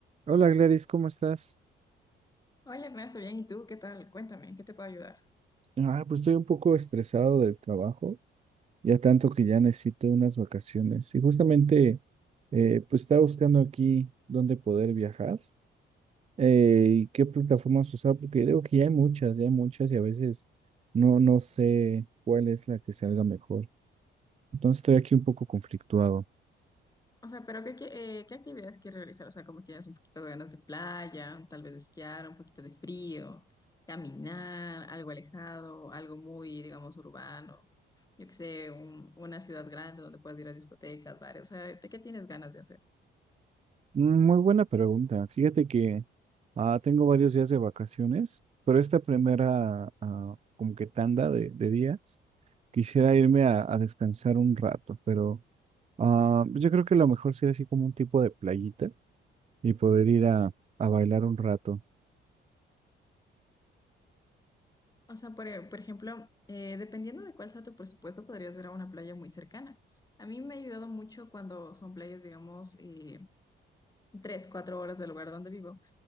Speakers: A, on the right (about 35°); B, on the left (about 20°).
A: Hola Gladys, ¿cómo estás?
B: Hola Ernesto, bien, ¿y tú qué tal? Cuéntame, ¿en qué te puedo ayudar?
A: Ah, pues estoy un poco estresado del trabajo, ya tanto que ya necesito unas vacaciones. Y justamente, eh, pues estaba buscando aquí dónde poder viajar eh, y qué plataformas usar, porque digo que ya hay muchas, ya hay muchas y a veces no, no sé cuál es la que salga mejor. Entonces estoy aquí un poco conflictuado.
B: O sea, pero ¿qué, qué, eh, qué actividades quieres realizar? O sea, como tienes un poquito de ganas de playa, tal vez de esquiar, un poquito de frío, caminar, algo alejado, algo muy, digamos, urbano. Yo qué sé, un- una ciudad grande donde puedas ir a discotecas, bares. O sea, ¿de qué tienes ganas de hacer?
A: Muy buena pregunta. Fíjate que ah, tengo varios días de vacaciones, pero esta primera ah, como que tanda de, de días quisiera irme a, a descansar un rato, pero ah, pues yo creo que lo mejor sería así como un tipo de playita y poder ir a, a bailar un rato.
B: O sea, por, e- por ejemplo, eh, dependiendo de cuál sea tu presupuesto, podrías ir a una playa muy cercana. A mí me ha ayudado mucho cuando son playas, digamos, eh, tres, cuatro horas del lugar donde vivo